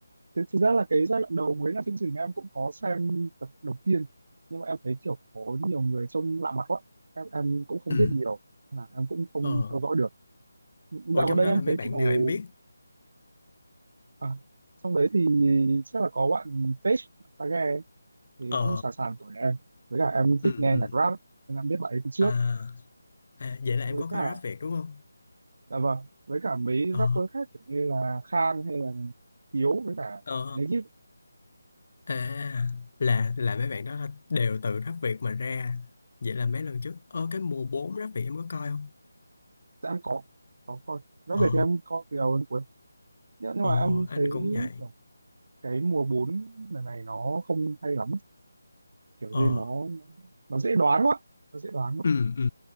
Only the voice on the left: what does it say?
Ừ.
Ờ,
ở trong
đó
là mấy
bạn
nào em biết?
Ờ
ừ
ừ
à, à vậy là
em có
coi rap Việt đúng không
ờ
ờ
à là là mấy bạn đó là đều từ rap Việt mà ra vậy là mấy lần trước ờ cái mùa 4 rap Việt em có coi không
ờ
ồ
anh
cũng vậy
ờ
ừ ừ